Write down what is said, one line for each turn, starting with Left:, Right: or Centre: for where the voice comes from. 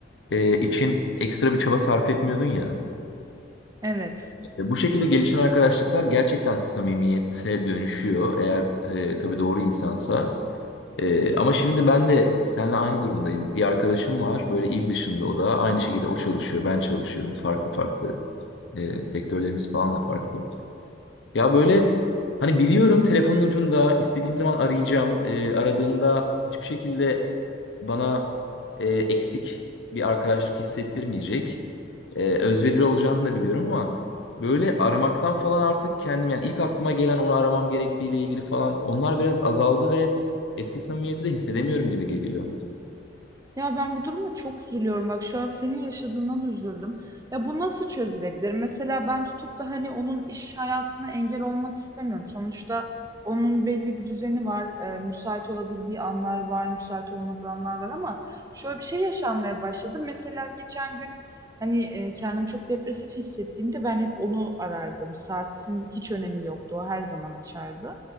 Left: e, için ekstra bir çaba sarf etmiyordun ya.
Right: Evet.
Left: E, bu şekilde gelişen arkadaşlıklar gerçekten samimiyete dönüşüyor. Eğer e, tabii doğru insansa. E, ama şimdi ben de seninle aynı durumdayım. Bir arkadaşım var böyle il dışında o da aynı şekilde o çalışıyor ben çalışıyorum farklı farklı. E, sektörlerimiz falan da farklı. Ya böyle hani biliyorum telefonun ucunda istediğim zaman arayacağım. Ee, aradığımda hiçbir şekilde bana e, eksik bir arkadaşlık hissettirmeyecek. Ee, özverili olacağını da biliyorum ama böyle aramaktan falan artık kendim yani ilk aklıma gelen onu aramam gerektiğiyle ilgili falan onlar biraz azaldı ve eski samimiyeti de hissedemiyorum gibi geliyor.
Right: Ya ben bu duruma çok üzülüyorum. Bak şu an senin yaşadığına da üzüldüm. Ya bu nasıl çözülebilir? Mesela ben tutup da hani onun iş hayatına engel olmak istemiyorum. Sonuçta onun belli bir düzeni var. e, müsait olabildiği anlar var, müsait olmadığı anlar var ama şöyle bir şey yaşanmaya başladı. Mesela geçen gün hani e, kendimi çok depresif hissettiğimde ben hep onu arardım. Saatin hiç önemi yoktu. O her zaman açardı.